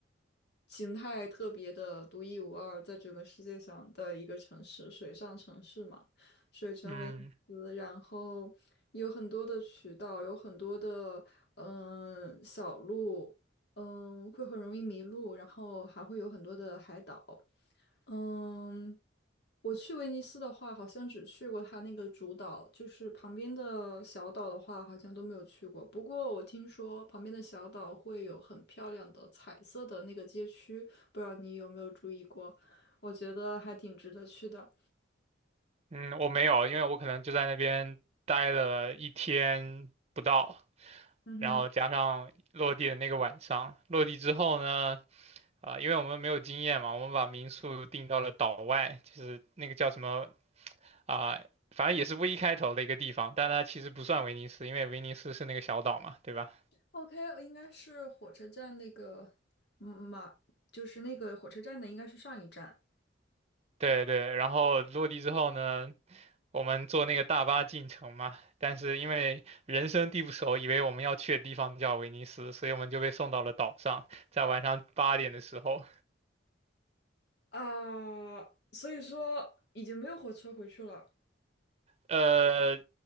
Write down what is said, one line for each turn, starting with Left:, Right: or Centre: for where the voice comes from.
Left: 形态特别的独一无二，在整个世界上的一个城市，水上城市嘛，水城威尼斯，
Right: 嗯
Left: 然后有很多的渠道，有很多的嗯小路，嗯会很容易迷路，然后还会有很多的海岛。嗯，我去威尼斯的话，好像只去过它那个主岛，就是旁边的小岛的话，好像都没有去过。不过我听说旁边的小岛会有很漂亮的彩色的那个街区，不知道你有没有注意过？我觉得还挺值得去的。
Right: 嗯，我没有，因为我可能就在那边待了一天不到，
Left: 嗯哼
Right: 然后加上落地的那个晚上，落地之后呢，啊、因为我们没有经验嘛，我们把民宿定到了岛外，就是那个叫什么啊、反正也是 V 开头的一个地方，但它其实不算威尼斯，因为威尼斯是那个小岛嘛，对吧？
Left: ，OK，应该是火车站那个，嗯马，就是那个火车站的，应该是上一站
Right: 对对，然后落地之后呢，我们坐那个大巴进城嘛，但是因为人生地不熟，以为我们要去的地方叫威尼斯，所以我们就被送到了岛上，在晚上八点的时候，
Left: 啊，所以说已经没有火车回去了，
Right: 呃，